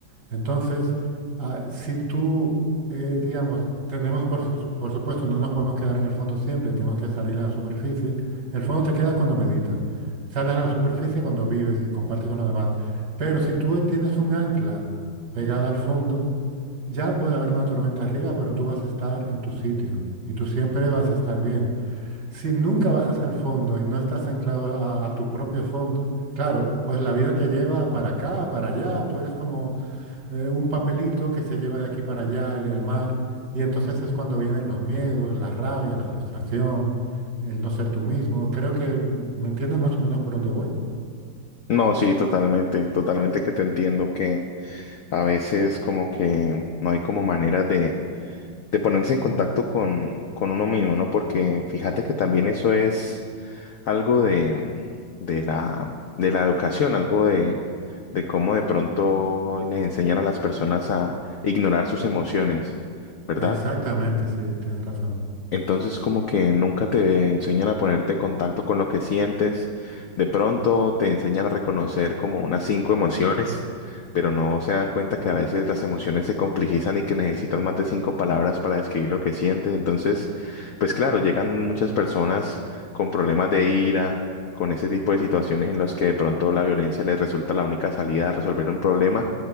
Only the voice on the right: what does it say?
Entonces, ah, si tú, eh, digamos, tenemos, por, su- por supuesto, no nos podemos quedar en el fondo siempre, tenemos que salir a la superficie. El fondo te quedas cuando meditas, sales a la superficie cuando vives y compartes con los demás. Pero si tú tienes un ancla pegada al fondo, ya puede haber una tormenta arriba, pero tú vas a estar en tu sitio y tú siempre vas a estar bien. Si nunca bajas al fondo y no estás anclado a, a tu propio fondo, claro, pues la vida te lleva para acá, para allá, tú eres como eh, un papelito que se lleva de aquí para allá el, el mar, y entonces es cuando vienen los miedos, la rabia, la frustración, el no ser tú mismo. Creo que mm, me entiendes más o menos por dónde voy.
Exactamente, sí, tienes razón.